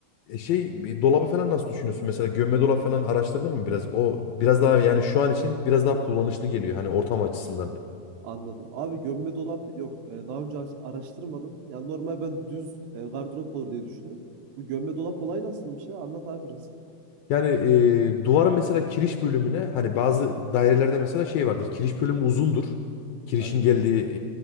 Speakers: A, on the left; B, on the right.
A: E şey e, dolabı falan nasıl düşünüyorsun? Mesela gömme dolap falan araştırdın mı biraz? O biraz daha yani şu an için biraz daha kullanışlı geliyor hani ortam açısından.
B: Anladım. Abi gömme dolap yok. Eee, daha önce aç araştırmadım. Ya, normal ben düz, eee, gardırop olur diye düşündüm. Bu gömme dolap olayı nasılmış ya? Anlat abi biraz.
A: Yani e, duvarın mesela kiriş bölümüne hani bazı dairelerde mesela şey vardır. Kiriş bölümü uzundur. Kirişin
B: Aynen abi.
A: geldiği